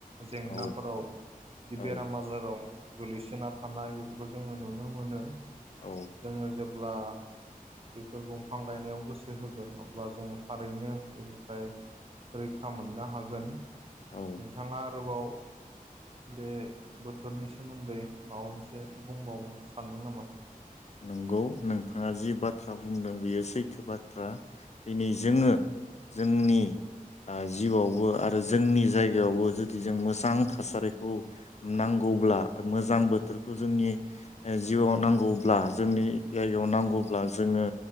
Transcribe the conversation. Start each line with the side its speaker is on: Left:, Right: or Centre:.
Right: जेंनाफोराव
Left: औ
Right: बि
Left: औ
Right: बेराम आजाराव गोलैसोना थानाय बेफोरखौ जोङो नुनो मोनो।
Left: औ
Right: जोङो जेब ब्ला बेफोर दंफां गायनायाव गोसो होगोन अब्ला जोङो थारैनो बेनिफ्राय रैखा मोननो हागोन।
Left: औ
Right: नोंथाङा आरोबाव बे बोथोरनि सोमोन्दै माबा मोनसे बुंबावनो सानदों नामा?
Left: नंगौ नोंथाङा जि बाथ्रा बुंदों बेयो सैथो बाथ्रा दिनै जोङो जोंनि ओ जिउआवबो आरो जोंनि जायगायावबो जुदि जों मोजां थासारिखौ नांगौब्ला आर मोजां बोथोरखौ जोंनि ओ जिउआव नांगौ ब्ला जोंनि जायगायाव नांगौब्ला जोङो